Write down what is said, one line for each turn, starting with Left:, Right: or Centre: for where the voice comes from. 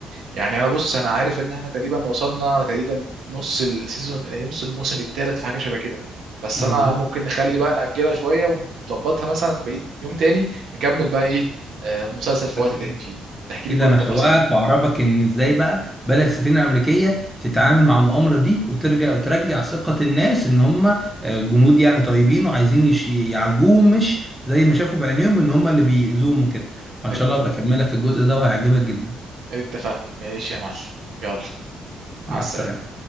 Right: يعني انا بص انا عارف ان احنا تقريبا وصلنا تقريبا نص السيزون نص الموسم الثالث في حاجه شبه كده بس
Centre: مظبوط
Right: انا ممكن نخلي بقى نأجلها شويه ونظبطها مثلا بقيت يوم تاني نكمل بقى ايه آه، مسلسل في
Centre: اكيد
Right: وقت تاني فيه تحكي
Centre: اكيد
Right: لي كل
Centre: انا
Right: التفاصيل
Centre: شوقك واعرفك ان ازاي بقى بدأت السفينة الامريكية تتعامل مع المؤامرة دي وترجع وترجع ثقة الناس ان هم آه، جنود يعني طيبين وعايزين يش- يعالجوهم مش زي ما شافوا بعينيهم ان هم اللي بيأذوهم وكده فان
Right: ات-
Centre: شاء الله ابقى اكملك الجزء ده وهيعجبك جدا
Right: اتفقنا ماشي يا معلم يلا مع
Centre: مع
Right: السلامه
Centre: السلامة